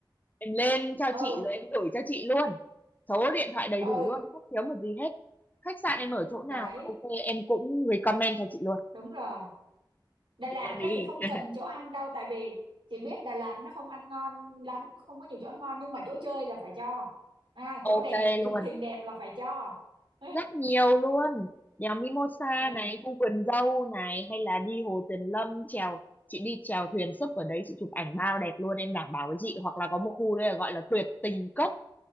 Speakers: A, on the left; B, on the right.
A: Em lên cho
B: ừ
A: chị rồi em gửi cho chị luôn. Số điện thoại đầy
B: ừ
A: đủ luôn, không thiếu một gì hết. Khách sạn em ở chỗ nào
B: đấy
A: mà ok, em cũng recommend cho chị luôn.
B: đúng rồi Đà Lạt
A: Thì đem
B: á
A: đi.
B: thì không
A: <laughs>
B: cần chỗ ăn đâu tại vì chị biết Đà Lạt nó không ăn ngon lắm không có nhiều chỗ ăn ngon nhưng mà chỗ chơi là phải cho à,
A: Ok
B: chỗ đẹp chụp
A: luôn,
B: hình đẹp là phải cho <laughs>
A: rất nhiều luôn. Đèo Mimosa
B: ừ
A: này, khu vườn dâu này, hay là đi Hồ Tuyền Lâm, chèo, chị đi chèo thuyền súp ở đấy, chị chụp ảnh bao đẹp luôn, em đảm bảo với chị. Hoặc là có một khu đây là gọi là tuyệt tình cốc,